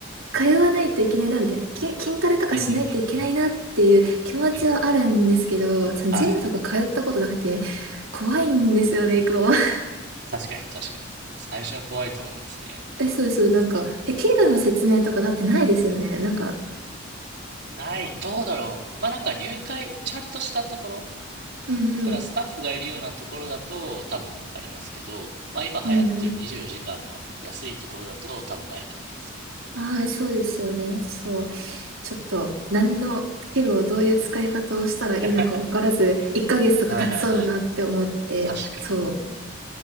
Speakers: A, on the right; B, on the right.
A: 通わないといけないな、みたいな、き筋トレとかしないといけないなっていう気持ちはあるんですけど、
B: うんうんうんうん。うん。
A: そのジムとか通ったことなくて、
B: はい。
A: 怖いんですよね、行くの。<laughs>
B: 確かに確かに。最初は怖いと思いますね。
A: え、そうそう、なんか、え、怪我の説明とかだってないですよね。なんか、
B: ない。どうだろう。まあなんか入会、ちゃんとしたところ。
A: うんうん、
B: だからスタッフがいるようなところだと多分ありますけど、まあ今流行ってる24時間の安いところだと多分ないと思います。
A: うんうんああ、そうですよね。そう。ちょっと、何の器具をどういう使い方をしたらいいのか分からず、
B: <laughs> はい
A: 1ヶ月とか経ちそうだなって思って、
B: はいはい。確かに。
A: そ